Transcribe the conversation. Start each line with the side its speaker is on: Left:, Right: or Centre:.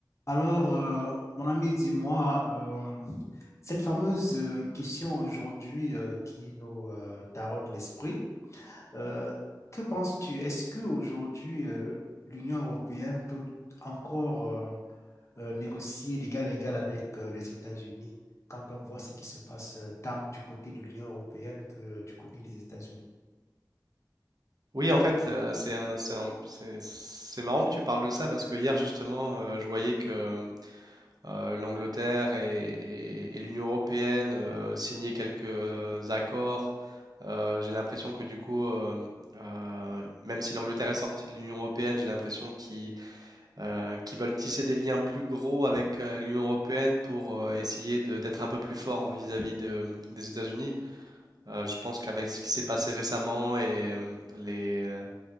Left: Alors, euh, mon ami, dis-moi, euh, cette fameuse euh, question aujourd'hui euh, qui nous euh, taraude l'esprit, euh, que penses-tu? Est-ce que aujourd'hui euh, l'Union européenne peut encore euh, euh, négocier d'égal à égal avec euh, les États-Unis quand on voit ce qui se passe euh, tant du côté de l'Union européenne que euh, du côté des États-Unis?
Right: Oui, en fait, euh, c'est un- c'est un- c'est- c'est marrant que tu parles de ça parce que hier, justement, euh, je voyais que euh, l'Angleterre et, et- et l'Union européenne euh, signaient quelques accords. Euh, j'ai l'impression que du coup, euh, euh, même si l'Angleterre est sortie de l'Union européenne, j'ai l'impression qu'ils euh, qu'ils veulent tisser des liens plus gros avec euh, l'Union européenne pour euh, essayer de- d'être un peu plus fort vis-à-vis de- des États-Unis. Euh, je pense qu'avec ce qui s'est passé récemment et euh, les, euh,